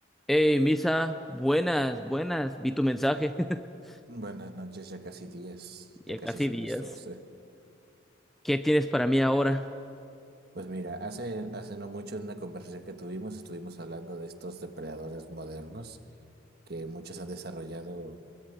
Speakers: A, in the centre; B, on the right.
A: Hey, Misa, buenas, buenas, vi tu mensaje. <laughs>
B: Buenas noches, ya casi 10, ya
A: Ya
B: casi
A: casi
B: son
A: días.
B: las 12.
A: ¿Qué tienes para mí ahora?
B: Pues mira, hace, hace no mucho en una conversación que tuvimos estuvimos hablando de estos depredadores modernos que muchos han desarrollado